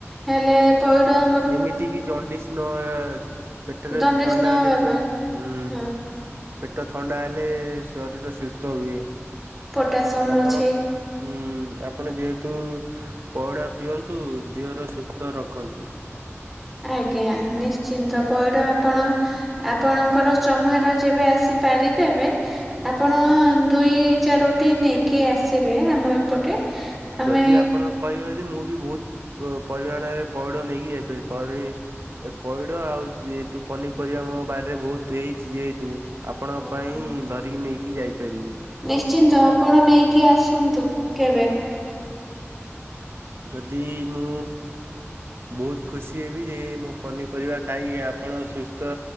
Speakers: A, in the centre; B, on the right.
A: ହେଲେ ପଇଡ଼ ଆ
B: ଯେମିତି କିି ଜଣ୍ଡିସ୍ ନ ପେଟରେ ଯଦି
A: ଦଣ୍ଡେସ୍
B: ଥଣ୍ଡା
A: ନ ହବା
B: ଦିନିଶ
A: ପାଇଁ
B: ହୁଁ।
A: ହଁ
B: ପେଟ ଥଣ୍ଡା ହେଲେ ଶରୀର ସୁସ୍ଥ ହୁଏ
A: ପୋଟାସିୟମ
B: ଆପଣ
A: ଅଛି
B: ହୁଁ ଆପଣ ଯେହେତୁ ପଇଡ଼ ପିଅନ୍ତୁ ଦିହର ସୁସ୍ଥ ରଖନ୍ତୁ।
A: ଆଜ୍ଞା ନିଶ୍ଚିନ୍ତ ପଇଡ଼ ଆପଣ ଆପଣଙ୍କର ଚମହାର ଯେବେ ଆସି ପାରିଦେବେ ଆପଣ ଦୁଇ ଚାରୋଟି ନେଇକି ଆସିବେ ଆମ ଏପଟେ
B: ଯଦି
A: ଆମେ
B: ଆପଣ କହିବେ ଯଦି ମୁଁ ବି ବହୁତ ପ ପରିମାଣରେ ପଇଡ଼ ନେଇକି ଯାଇପାରିବି ପରି ଏ ପଇଡ଼ ଆଉ ଯେହେତୁ ପନିପରିବା ମୋ ବାରିରେ ବହୁତ ହେଇଛି ଯେହେତୁ ଆପଣଙ୍କ
A: ଓହୋ
B: ପାଇଁ ଧରିକି ନେଇକି ଯାଇପାରିବି।
A: ନିଶ୍ଚିନ୍ତ ଆପଣ ନେଇକି ଆସନ୍ତୁ କେବେ?
B: ଯଦି ମୁଁ ବହୁତ ଖୁସି ହେବି ଯେ ମୁଁ ପନିପରିବା ଖାଇକି ଆପଣ ସୁସ୍ଥ